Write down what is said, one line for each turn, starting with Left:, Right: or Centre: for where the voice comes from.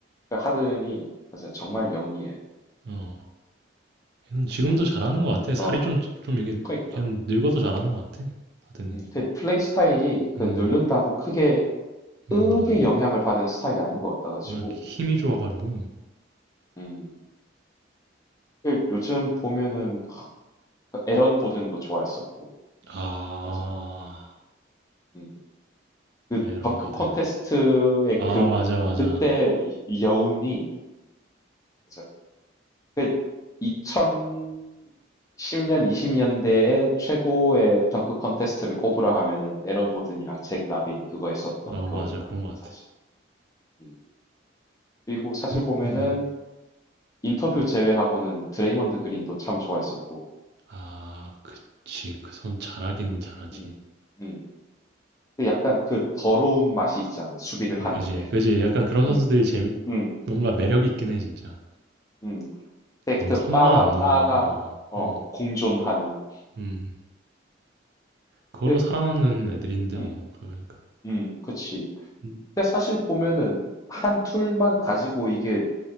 Left: 그 하든이 맞아 정말 영리해.
Right: 어, 걔는 지금도 잘하는 것 같아. 살이
Left: 어.
Right: 좀, 좀 이게,
Left: 그러니까.
Right: 걔는 늙어도 잘하는 것 같아. 하든이.
Left: 음. 그 플레이 스타일이 그
Right: 음,
Left: 늘른다고 크게
Right: 음,
Left: 크게
Right: 맞아.
Left: 영향을 받은 스타일이 아닌 것 같아가지고.
Right: 그냥 힘이 좋아 가지고.
Left: 음. 그 요즘 보면은 그 에런 고든도 좋아했었고
Right: 아.
Left: 맞아. 음. 그
Right: 이런
Left: 덩크
Right: 거든.
Left: 콘테스트의
Right: 아
Left: 그
Right: 맞아, 맞아.
Left: 그때 이- 이 여운이 맞아. 그 2010년 20년대의 최고의 덩크 콘테스트를 꼽으라 하면은 에런 고든이랑 잭 라빈 그거 했었던
Right: 아어
Left: 그거니까는
Right: 맞아. 그런 것
Left: 사실.
Right: 같아.
Left: 음. 그리고 사실
Right: 그
Left: 보면은
Right: 음.
Left: 인터뷰 제외하고는 드레이먼드 그린도 참 좋아했었고.
Right: 아 그치. 그 선 잘하긴 잘하지.
Left: 음. 음. 근데 약간 그 더러운 맛이 있잖아. 수비를 하는데.
Right: 아 그지, 그지. 약간 그런 선수들이
Left: 음.
Right: 재밌
Left: 음.
Right: 뭔가 매력 있긴 해 진짜.
Left: 음, 근데
Right: 너무
Left: 그
Right: 선만
Left: 빠와
Right: 안 넘으면
Left: 까가
Right: 어.
Left: 어,
Right: 어.
Left: 공존하는.
Right: 음. 그걸로
Left: 근데,
Right: 살아남는 애들인데
Left: 음,
Right: 뭐 그러니까.
Left: 음, 그치.
Right: 음
Left: 근데 사실 보면은 한 툴만 가지고 이게